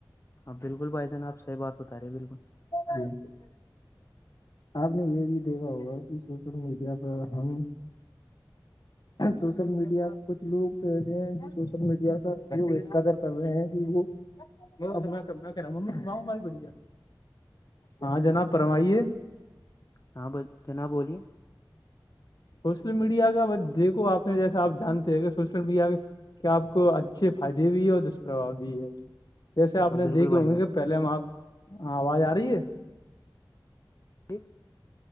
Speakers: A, on the left; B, on the left.
A: اب بالکل بھائی جان آ صحی بات بتا رہے ہیں بالکل
B: جی <unintelligible> آپ نے یہ بھی دیکھا ہوگا کہ سوشل میڈیا پر ہم سوشل میڈیا کچھ لوگ ایسے ہیں جو سوشل میڈیا کاوگ اس قدر کر رہے ہیں کہ وہ کہ رہا ہوں ممی ماں ہماری بڑی ہے ہاں جناب پرمائیے
A: ہاں ب جناب بولیے
B: سوشل میڈیا کا بس دیکھو آپ نے جیسا آپ جانتے ہیں کہ سوشل میڈیا کیا آپ کو اچھے فائدے بھی ہے اور دشپرباؤ بھی ہے جسے آپ
A: ہاں
B: نے
A: بالکل
B: دیکھے
A: بھائی
B: ہوں
A: جان
B: گے کہ پہلے ہم آپ آواز آ رہی ہے
A: جی